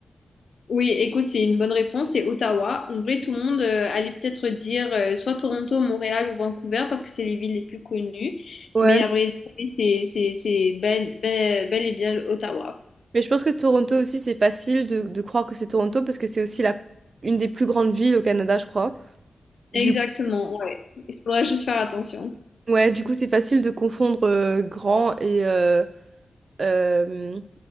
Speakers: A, on the left; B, on the right.
A: Oui, écoute, c'est une bonne réponse, c'est Ottawa. En vrai, tout le monde euh, allait peut-être dire euh, soit Toronto, Montréal ou Vancouver parce que c'est les villes les plus connues.
B: Ouais.
A: Mais à vrai dire, oui, c'est c'est- c'est bel, bel, bel et bien Ottawa.
B: Mais je pense que Toronto aussi, c'est facile de, de croire que c'est Toronto parce que c'est aussi la, une des plus grandes villes au Canada, je crois. Du
A: Exactement, ouais. Il faudra juste faire attention.
B: ouais, du coup, c'est facile de confondre euh, grand et, euh, euh,